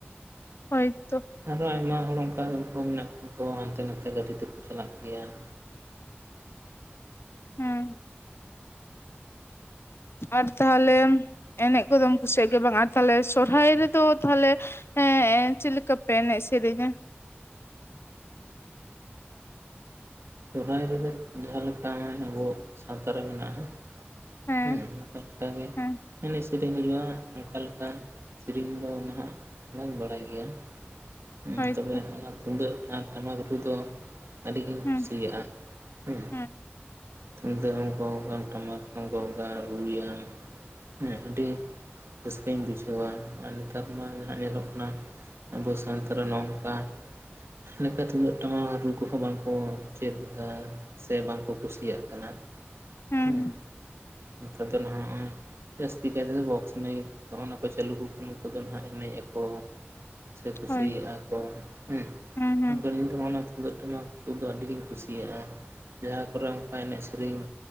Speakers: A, on the left; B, on the right.
A: ᱦᱳᱭᱛᱚ᱾
B: ᱟᱨᱚ ᱟᱭᱢᱟ ᱦᱚᱲ ᱚᱝᱠᱟ ᱩᱱᱠᱩ ᱦᱚᱸ ᱢᱮᱱᱟᱜ ᱠᱟᱜ ᱠᱚᱭᱟ ᱦᱟᱱᱛᱮ ᱱᱟᱛᱮ ᱜᱟᱹᱰᱤ ᱛᱮᱠᱚ ᱪᱟᱞᱟᱜ ᱜᱮᱭᱟ᱾ ᱦᱮᱸ᱾
A: ᱦᱮᱸ᱾ ᱟᱨ ᱛᱟᱦᱚᱞᱮ ᱮᱱᱮᱜ ᱠᱚᱫᱚᱢ ᱠᱩᱥᱤᱭᱟᱜ ᱜᱮᱭᱟ ᱵᱟᱝ ᱟᱨ ᱛᱟᱦᱞᱮ ᱥᱚᱨᱦᱟᱭ ᱨᱮᱫᱚ ᱛᱟᱦᱚᱞᱮ? ᱦᱮᱸ ᱮ ᱪᱮᱫ ᱞᱮᱠᱟ ᱯᱮ ᱮᱱᱮᱡ ᱥᱮᱨᱮᱧᱟ?
B: ᱥᱚᱦᱨᱟᱭ ᱨᱮᱫᱚ ᱡᱟᱦᱟᱸ ᱞᱮᱠᱟ ᱦᱚᱜᱼᱚᱭ ᱟᱵᱚᱣᱟᱜ ᱥᱟᱶᱛᱟ ᱨᱮ ᱢᱮᱱᱟᱜᱼᱟ᱾
A: ᱦᱮᱸ
B: ᱦᱩᱸ ᱚᱱᱠᱟ ᱞᱮᱠᱟ
A: ᱦᱮᱸ
B: ᱜᱮᱼᱼ ᱥᱮᱨᱮᱧ ᱦᱩᱭᱩᱜᱼᱟ, ᱚᱝᱠᱟ ᱞᱮᱠᱟ ᱥᱮᱨᱮᱧ ᱫᱚ ᱱᱟᱦᱟᱜ ᱵᱟᱹᱧ ᱵᱟᱲᱟᱭ ᱜᱮᱭᱟ᱾ ᱦᱮᱸ
A: ᱦᱳᱭᱛᱚ
B: ᱛᱚᱵᱮ ᱚᱱᱟ ᱛᱩᱢᱫᱟᱹᱜ ᱟᱨ ᱴᱟᱢᱟᱠ ᱨᱩ ᱫᱚ ᱟᱹᱰᱤ ᱜᱤᱧᱼᱼ
A: ᱦᱩᱸ
B: ᱠᱩᱥᱤᱭᱟᱜᱼᱟ ᱦᱮᱸ᱾
A: ᱦᱩᱸ
B: ᱛᱩᱢᱫᱟᱜ ᱮᱢ ᱜᱚᱜᱟᱢ ᱴᱟᱢᱟᱠ ᱦᱚᱸᱢ ᱜᱚᱜᱟ ᱨᱩᱭᱟᱢ᱾ ᱦᱩᱸ ᱟᱹᱰᱤ ᱨᱟᱹᱥᱠᱟᱹᱧ ᱵᱩᱡᱷᱟᱹᱣᱟ ᱟᱨ ᱱᱮᱛᱟᱨ ᱢᱟ ᱡᱟᱦᱟᱸᱜ ᱧᱮᱞᱚᱜ ᱠᱟᱱᱟᱼᱼ ᱟᱵᱚ ᱥᱟᱱᱛᱟ ᱨᱮ ᱱᱚ ᱱᱚᱠᱟ ᱞᱮᱠᱟ ᱛᱩᱢᱫᱟᱹᱜ ᱴᱟᱢᱟᱠ ᱨᱩ ᱠᱚᱦᱚᱸ ᱵᱟᱝᱠᱚᱼᱼ ᱪᱮᱫᱫᱟ ᱥᱮ ᱵᱟᱝᱠᱚ ᱠᱩᱥᱤᱭᱟᱜ ᱠᱟᱱᱟ
A: ᱦᱩᱸ
B: ᱦᱮᱸ᱾
A: ᱦᱩᱸ
B: ᱱᱮᱛᱟᱨ ᱫᱚ ᱱᱟᱜᱼᱦᱚᱭ ᱼᱼ ᱡᱟᱹᱥᱛᱤ ᱠᱟᱭ ᱛᱮᱫᱚ ᱵᱚᱠᱥ ᱢᱟᱭᱤᱠ ᱦᱚᱜᱼᱚ‌‌ ᱱᱟ ᱠᱚ ᱪᱟᱹᱞᱩ ᱟᱠᱚ ᱠᱷᱟᱱ ᱩᱱᱠᱩ ᱫᱚ ᱦᱟᱜ ᱮᱱᱮᱡ ᱟᱠᱚ᱾ ᱥᱮ ᱠᱩᱥᱤᱭᱟᱜᱼᱟ
A: ᱦᱳᱭ
B: ᱠᱚ ᱦᱮᱸ
A: ᱦᱩᱸ ᱦᱩᱸ
B: ᱢᱮᱱ ᱤᱧ ᱫᱚ ᱛᱩᱢᱫᱟᱹᱜ ᱴᱟᱢᱟᱠ ᱠᱚᱫᱚ ᱟᱹᱰᱤᱜᱤᱧ ᱠᱩᱼᱼ ᱠᱩᱥᱤᱭᱟᱜᱼᱟ, ᱡᱟᱦᱟᱸ ᱠᱚᱨᱮ ᱚᱱᱠᱟ ᱮᱱᱮᱡ ᱥᱮᱨᱮᱧᱼᱼ